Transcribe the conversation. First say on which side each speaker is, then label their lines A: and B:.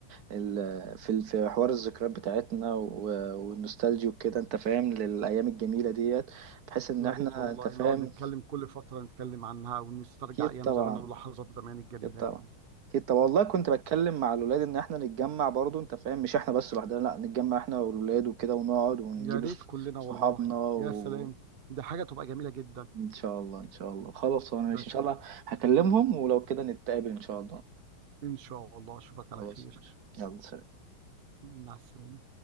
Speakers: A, on the right (about 60°); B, on the right (about 85°).
A: ال في ال- في حوار الذكريات بتاعتنا و- والنوستالجي وكده انت فاهم للايام الجميله ديت بحيث ان
B: يا
A: احنا
B: ريت والله
A: انت فاهم
B: نقعد نتكلم كل فترة نتكلم عنها ونسترجع
A: اكيد
B: أيام
A: طبعا
B: زمان ولحظات زمان الجميلة
A: اكيد طبعا
B: دي
A: اكيد طبعا والله كنت بتكلم مع الولاد ان احنا نتجمع برضو انت فاهم مش احنا بس لوحدنا لا نتجمع احنا والولاد وكده ونقعد ونجيب
B: يا ريت
A: ص-
B: كلنا
A: صحابنا
B: والله
A: و...
B: يا سلام دي حاجة تبقى جميلة جدا
A: ان شاء الله ان شاء الله خلاص انا ماشي
B: أشو...
A: ان شاء الله هكلمهم ولو كده نتقابل ان شاء الله
B: إن شاء الله أشوفك على
A: خلاص
B: خير
A: ماشي يلا سلام
B: مع السلامة